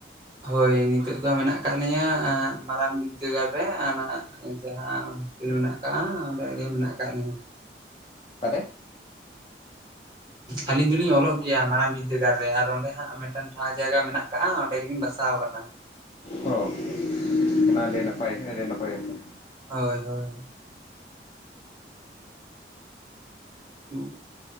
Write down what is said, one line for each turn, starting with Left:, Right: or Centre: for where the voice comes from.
Right: ᱦᱳᱭ ᱱᱤᱛᱚᱜ ᱫᱚ ᱢᱮᱱᱟᱜ ᱟᱠᱟᱫ ᱞᱤᱧᱟᱹ ᱢᱟᱨᱟᱝ ᱵᱤᱫᱽᱫᱟᱹᱜᱟᱲ ᱨᱮ ᱚᱱᱟ ᱡᱟᱦᱟᱸ ᱢᱮᱱᱟᱜ ᱟᱠᱟᱫᱼᱟ ᱚᱸᱰᱮ ᱜᱮ ᱢᱮᱱᱟᱜ ᱟᱠᱟᱫ ᱞᱤᱧᱟ ᱾
Left: ᱚᱠᱟᱨᱮ?
Right: ᱟᱹᱞᱤᱧ ᱫᱚᱞᱤᱧ ᱚᱞᱚᱜ ᱜᱮᱭᱟ ᱢᱟᱨᱟᱝ ᱵᱤᱫᱽᱫᱟᱹᱜᱟᱲ ᱨᱮ ᱟᱨ ᱚᱸᱰᱮ ᱦᱟᱸᱜ ᱢᱤᱫᱴᱟᱝ ᱴᱷᱟᱶ ᱡᱟᱭᱜᱟ ᱢᱮᱱᱟᱜ ᱠᱟᱜ-ᱟ ᱚᱸᱰᱮ ᱜᱮᱞᱤᱧ ᱵᱟᱥᱟᱣ ᱠᱟᱱᱟ᱾
Left: ᱦᱚᱸ ᱚᱱᱟ ᱟᱹᱰᱤ ᱱᱟᱯᱟᱭ ᱟᱹᱰᱤ ᱱᱟᱯᱟᱭ ᱠᱟᱛᱷᱟ᱾
Right: ᱦᱳᱭ ᱦᱳᱭ, <unintelligible>